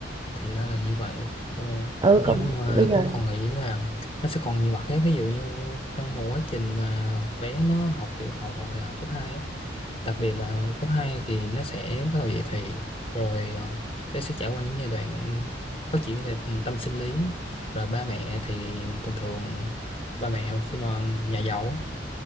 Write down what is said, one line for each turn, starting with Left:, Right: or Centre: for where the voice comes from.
Left: thì ra là như vậy ờ.
Right: ừ
Left: nhưng
Right: còn
Left: mà
Right: bây giờ
Left: tôi còn nghĩ là nó sẽ còn nhiều mặt khác ví dụ như trong một quá trình mà bé nó học tiểu học hoặc là cấp hai á. đặc biệt là cấp 2 thì nó sẽ bắt đầu dậy thì rồi ờ, bé sẽ trải qua những giai đoạn phát triển về tâm sinh lý rồi ba mẹ thì thường thường ba mẹ khi mà nhà giàu á,